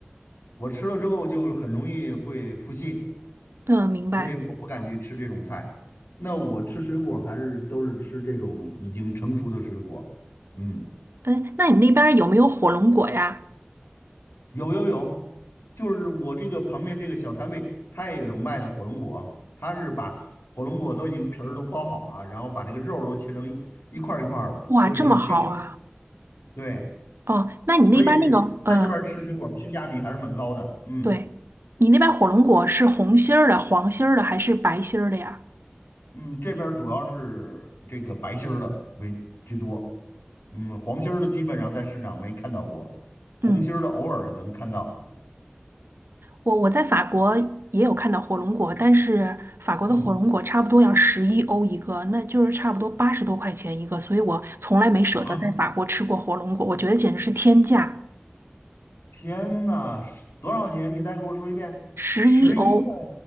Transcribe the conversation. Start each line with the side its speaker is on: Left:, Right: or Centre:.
Left: 我吃了之后就很容易会腹泻，
Right: 嗯，明白。
Left: 所以我不敢去吃这种菜。那我吃水果还是都是吃这种已经成熟的水果。嗯，
Right: 嗯，那你那边儿有没有火龙果呀？
Left: 有有有，就是我这个旁边这个小摊位，他也有卖的火龙果，他是把火龙果都已经皮儿都剥好了，然后把这个肉都切成一一块儿一块儿的，
Right: 哇，
Left: 都已经切好。
Right: 这么好啊！
Left: 对，
Right: 哦，那你那边儿那个，
Left: 所以
Right: 嗯，
Left: 在这边儿吃水果性价比还是蛮高的。嗯。
Right: 对，你那边儿火龙果是红心儿的、黄心儿的还是白心儿的呀？
Left: 嗯，这边儿主要是这个白心儿的为居多，嗯，黄心儿的基本上在市场没看到过，红心儿的偶尔能看到。
Right: 嗯，我我在法国也有看到火龙果，但是法国的火龙果差不多要十一欧一个，
Left: 嗯，
Right: 那就是差不多八十多块钱一个，所以我从来没舍得在法国吃过火龙果，
Left: 啊，
Right: 我觉得简直是天价，
Left: 天呐，是多少钱？你再给我说一遍，
Right: 十一欧，
Left: 十一块，